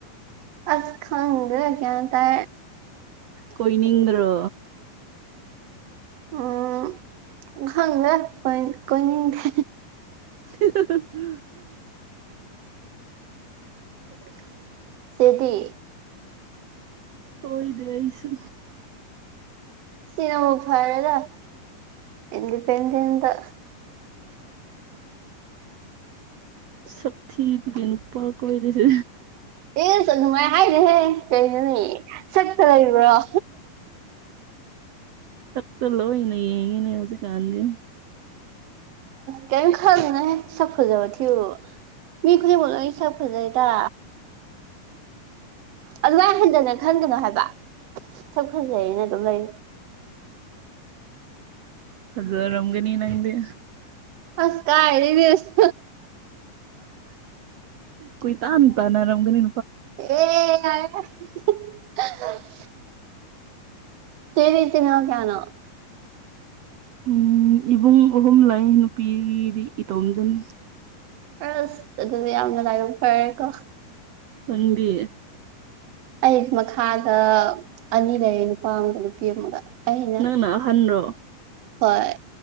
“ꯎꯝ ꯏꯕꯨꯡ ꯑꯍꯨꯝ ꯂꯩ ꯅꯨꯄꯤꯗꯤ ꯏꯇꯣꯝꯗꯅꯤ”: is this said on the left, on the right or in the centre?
Right